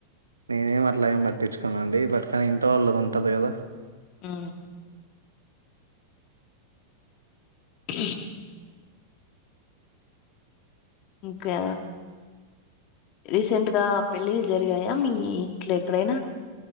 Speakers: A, on the right; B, on the left.
A: నేనేం అట్లాగ ఏం పట్టించుకోనండి బట్ట కని ఇంటో వాళ్ళది ఉంటది కదా
B: హ్మ అ ఇంకా రీసెంట్గా పెళ్ళిళ్ళ జరిగాయా మీ ఇంట్లో ఎక్కడైనా